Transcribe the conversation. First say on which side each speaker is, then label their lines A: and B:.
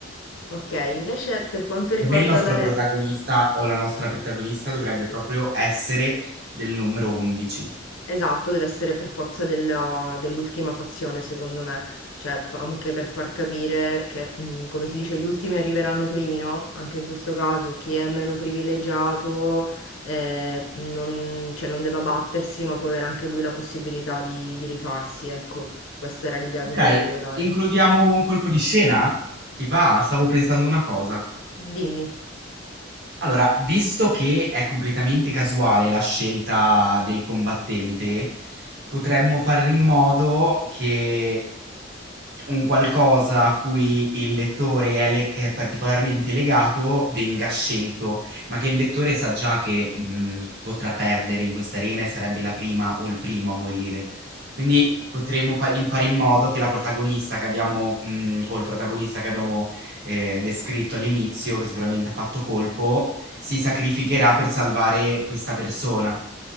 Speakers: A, on the left; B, on the right.
A: Okay, invece per quanto
B: Secondo
A: riguarda
B: me il nostro
A: la re
B: protagonista o la nostra protagonista dovrebbe proprio essere del numero 11.
A: Esatto, deve essere per forza della- dell'ultima fazione, secondo me. Cioè, p- anche per far capire che, mh, come si dice, gli ultimi arriveranno primi, no? Anche in questo caso, chi è meno privilegiato, eh, non, cioè, non deve abbattersi, ma può avere anche lui la possibilità di, di rifarsi, ecco. Questa era l'idea
B: Ok,
A: che volevo dare.
B: includiamo un colpo di scena? Ti va? Stavo pensando una cosa.
A: Dimmi.
B: Allora, visto che è completamente casuale la scelta del combattente, potremmo fare in modo che un qualcosa a cui il lettore è, le- è particolarmente legato venga scelto, ma che il lettore sa già che mh, potrà perdere in questa arena e sarebbe la prima o il primo a morire. Quindi potremmo fa- in- fare in modo che la protagonista che abbiamo, mh, o il protagonista che abbiamo eh, descritto all'inizio, che sicuramente ha fatto colpo, si sacrificherà per salvare questa persona.